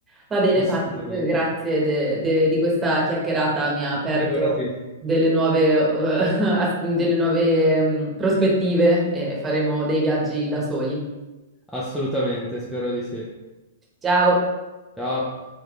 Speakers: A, on the right; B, in the centre.
A: Va bene,
B: assolutamente,
A: Patrick, grazie de- de- di questa chiacchierata, mi ha aperto
B: figurati,
A: delle nuove, eh, <laughs> as- delle nuove mm, prospettive e faremo dei viaggi da soli.
B: assolutamente, spero di sì.
A: Ciao!
B: Ciao.